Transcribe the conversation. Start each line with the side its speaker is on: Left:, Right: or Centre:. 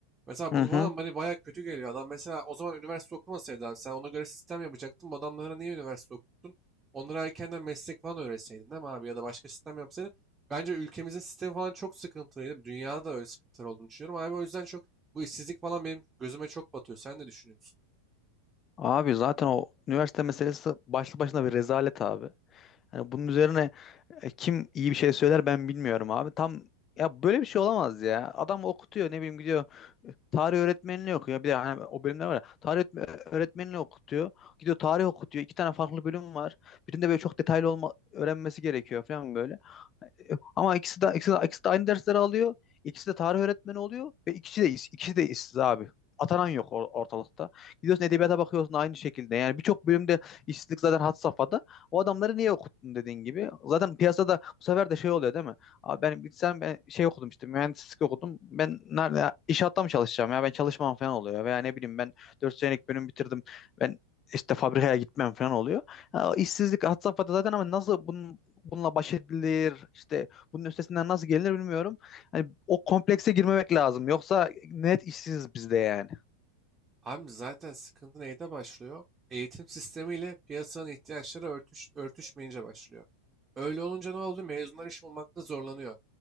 Right: Mesela
Left: Hı
Right: bu
Left: hı.
Right: falan bana bayağı kötü geliyor. Adam mesela o zaman üniversite okumasaydı abi sen ona göre sistem yapacaktın. Bu adamlara niye üniversite okuttun? Onlara erkenden meslek falan öğretseydin değil mi abi? Ya da başka sistem yapsaydın. Bence ülkemizin sistemi falan çok sıkıntılıydı. Dünyada da öyle sıkıntılar olduğunu düşünüyorum. Abi o yüzden çok bu işsizlik falan benim gözüme çok batıyor. Sen ne düşünüyorsun?
Left: Abi zaten o üniversite meselesi başlı başına bir rezalet abi. Hani bunun üzerine e, kim iyi bir şey söyler ben bilmiyorum abi. Tam ya böyle bir şey olamaz ya. Adam okutuyor ne bileyim gidiyor e, tarih öğretmenliği okuyor. Bir de hani o bölümler var ya. Tarih öğretme- öğretmenliği okutuyor. Gidiyor tarih okutuyor. İki tane farklı bölüm var. Birinde böyle çok detaylı olma öğrenmesi gerekiyor falan böyle. E, Ama ikisi de, ikisi de, ikisi de aynı dersleri alıyor. İkisi de tarih öğretmeni oluyor ve ikisi de is- ikisi de işsiz abi. Atanan yok or- ortalıkta. Gidiyorsun edebiyata bakıyorsun aynı şekilde. Yani birçok bölümde işsizlik zaten had safhada. O adamları niye okuttun dediğin gibi. Zaten piyasada bu sefer de şey oluyor değil mi? Abi ben bilsem ben şey okudum işte mühendislik okudum. Ben nerede inşaatta mı çalışacağım ya ben çalışmam falan oluyor. Veya ne bileyim ben 4 senelik bölüm bitirdim. Ben işte fabrikaya gitmem falan oluyor. Ha, işsizlik had safhada zaten ama nasıl bunun bununla baş edilir işte bunun üstesinden nasıl gelinir bilmiyorum. Hani o komplekse girmemek lazım yoksa net işsiz bizde yani.
Right: Abi zaten sıkıntı neyde başlıyor? Eğitim sistemiyle piyasanın ihtiyaçları örtüş, örtüşmeyince başlıyor. Öyle olunca ne oldu? Mezunlar iş bulmakta zorlanıyor.